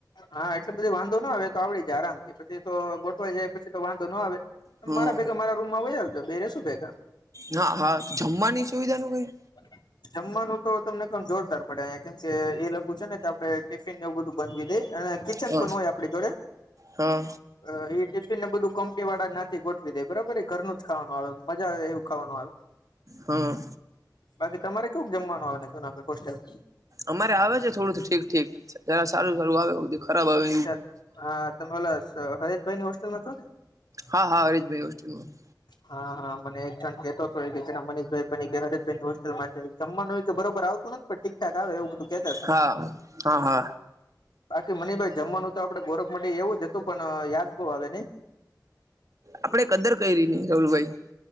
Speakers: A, on the left; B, on the right.
A: હા, એટલે બધી વાંધો ના આવે. તો આવડી જાય આરામ થી પછી તો શીખવાઈ જાય પછી તો વાંધો ના આવે.
B: હ
A: મારા ભેગા મારા રૂમ માં વારજો, બે રસું ભેગા.
B: ના, હા, જમવાની સુવિધા ની કંઈ.
A: બ <unintelligible> જમવાનું તો તમને જોરદાર મળે, કેમ કે એ લખું છે ને કે આપણે ટિફિનને એવું બધું બાધી દે અને ન પણ
B: હા
A: હોય આપડી જોડે.
B: હા
A: અ એ ટિફિન ને બધું કંપની વાળા જ ના નથી ગોઠવી દે, બરાબર. એ ઘરનું જ ખાવાનું આવે, મજા આવે એવું. ખાવાનું આવે,
B: હા
A: બાકી તમારે કેવું જમવાનું આવે છે? <unintelligible>
B: અમારે આવે છે, થોડું ઠીક-ઠીક. જરા સારું સારું આવે એવું છે. ખરાબ આવે
A: અચ્છા, હા, તમેલા હરેશભાઈ ની હોસ્ટેલમાં છો ને?
B: હા હા, હરેશભાઈ હોસ્ટલમાં.
A: હા હા, મને એક જણ કેતો તોય કે એક દીકરો છે ઈ ને, મનીષભાઈ પણ હરેશભાઈની હોસ્ટેલમાં છે. જમવાનું હોય તો બરોબર આવતું નથી, પણ ઠીકઠાક આવે એવું બધું કેતા હતા.
B: હા હા હા
A: કે મનીષભાઈ, જમવાનું તો આપડે ગોરખ મંડ એવું જ હતું, પણ યાદ બઉ આવે નઈ.
B: આપડે કદર કયરી ની રાહુલભાઈ.